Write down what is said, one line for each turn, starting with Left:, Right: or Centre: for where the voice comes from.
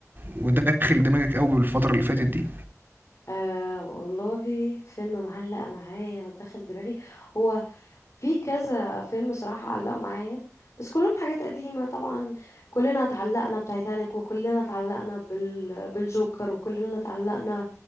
Right: وداخل دماغك قوي بالفتره اللي فاتت دي
Left: آه والله فيلم معلق معايا وداخل دماغي هو في كذا فيلم صراحة علقوا معايا بس كلهم حاجات قديمة طبعا كلنا اتعلقنا بتايتانيك وكلنا اتعلقنا بال... بالجوكر وكلنا اتعلقنا